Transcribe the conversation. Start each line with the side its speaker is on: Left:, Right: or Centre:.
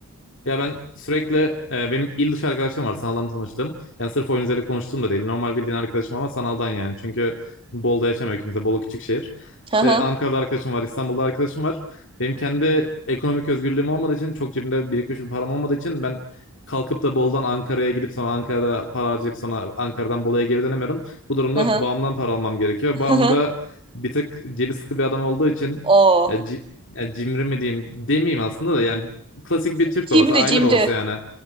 Left: Ya ben sürekli e, benim il dışı arkadaşlarım var sanaldan tanıştım. Yani sırf oyun üzerinde konuştuğum da değil. Normal bildiğin arkadaşım ama sanaldan yani. Çünkü Bolu'da yaşamıyor kimse. Bolu küçük şehir.
Right: Hı
Left: İşte
Right: hı,
Left: Ankara'da arkadaşım var, İstanbul'da arkadaşım var. Benim kendi ekonomik özgürlüğüm olmadığı için çok cebimde birikmiş bir param olmadığı için ben kalkıp da Bolu'dan Ankara'ya gidip sonra Ankara'da para harcayıp sonra Ankara'dan Bolu'ya geri dönemiyorum. Bu durumda
Right: hı hı,
Left: bağımdan para almam gerekiyor. Bağım
Right: hı hı.
Left: da bir tık cebi sıkı bir adam olduğu için
Right: Oo.
Left: e, ci- yani cimri mi diyeyim demeyeyim aslında da yani klasik bir Türk
Right: Cimri
Left: babası, aile
Right: cimri.
Left: babası yani.